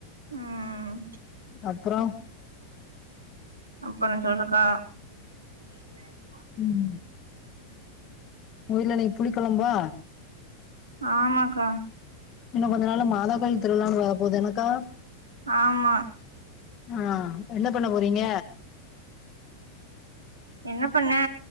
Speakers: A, on the right (about 80°); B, on the left (about 35°).
A: ம்
B: அப்றோ
A: அப்றோ சொல்லுக்கா <unintelligible>
B: ம் உங்க வீட்ல இன்னைக்கி புளிக்கொழம்பா
A: ஆமாக்கா
B: இன்னு கொஞ்ச நாள மாதா கோயில் திருவிழான்னு வர போது எனக்கா
A: ஆமா
B: ஆ என்ன பண்ணப் போறீங்க
A: என்ன பண்ணே